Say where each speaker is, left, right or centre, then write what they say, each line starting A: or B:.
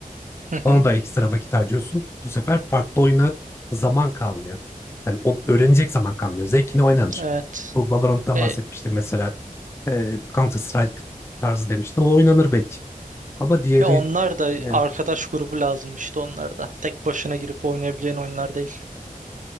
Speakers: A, on the right; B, on the left.
A: Hı hı.
B: Ona da ekstra vakit harcıyorsun. Bu sefer farklı oyuna zaman kalmıyor. Yani onu öğrenecek zaman kalmıyor. Zevkine oynanır.
A: Evet.
B: Bu Valorant'tan
A: E,
B: bahsetmiştim mesela. E, Counter Strike tarzı demişti. O oynanır belki. Ama diğeri
A: ya onlar da
B: yani
A: arkadaş grubu lazım işte onlar da. Tek başına girip oynayabileceğin oyunlar değil.